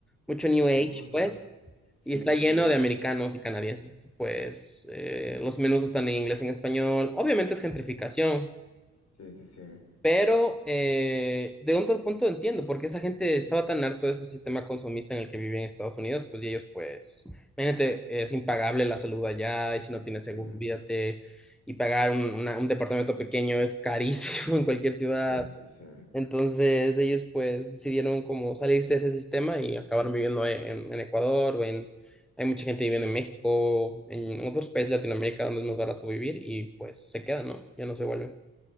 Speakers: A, in the centre; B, on the left (about 55°).
A: mucho New Age,
B: Oh, ajá.
A: pues.
B: Sí,
A: Y está
B: sí,
A: lleno
B: sí.
A: de americanos y canadienses, pues eh, los menús están en inglés, en español. Obviamente es gentrificación,
B: Sí, sí, sí.
A: pero eh, de otro punto entiendo, porque esa gente estaba tan harto de ese sistema consumista en el que vive en Estados Unidos, pues y ellos pues, imagínate, es impagable la salud allá, y si no tienes
B: Sí,
A: seguro, olvídate, y pagar un, una- un departamento pequeño es carísimo <laughs> en cualquier ciudad.
B: sí, sí, sí.
A: Entonces ellos pues decidieron como salirse de ese sistema y acabaron viviendo en, en Ecuador, o en, hay mucha gente viviendo en México, en otros países de Latinoamérica donde es más barato vivir y pues se quedan, ¿no? Ya no se vuelven.